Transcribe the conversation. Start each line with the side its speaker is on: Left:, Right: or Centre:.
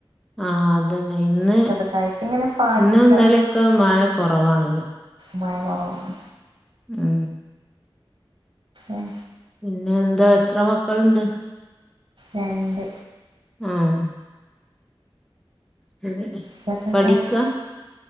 Centre: ആ അതെന്നെ ഇന്ന്
Right: ചെറുതായിട്ട് ഇങ്ങനെ പാറ്റി
Centre: ഇന്നും ഇന്നാലൊക്കെ മഴ കുറവാണല്ലോ
Right: മയ കുറവാണ്
Centre: ഉം
Right: ഉം
Centre: പിന്നെ എന്താ എത്ര മക്കള്ണ്ട്?
Right: രണ്ട്
Centre: ആഹ് ശരി
Right: സെക്കന്റ്ത്താ
Centre: പഠിക്ക